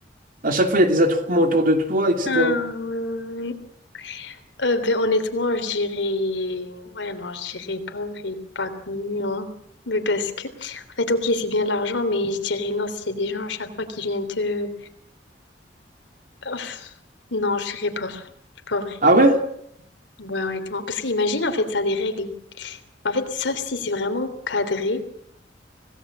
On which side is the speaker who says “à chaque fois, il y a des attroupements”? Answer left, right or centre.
Right